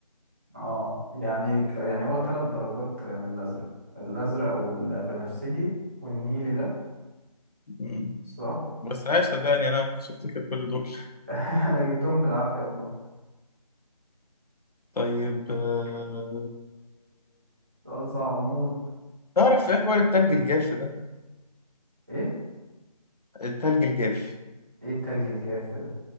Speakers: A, on the right; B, on the left.
A: اه يعني يعني هو ثلاث درجات من الازرق الازرق والبنفسجي والنيلي ده
B: مم.
A: صح
B: بس عايش صدقني انا ما كنتش افتكر كل دول
A: <laughs> انا جبتهم بالعافيه والله
B: طيب آه،
A: سؤال صعب موت
B: تعرف ايه حوار التلج الجاف ده
A: ايه
B: التلج الجاف
A: ايه التلج الجاف ده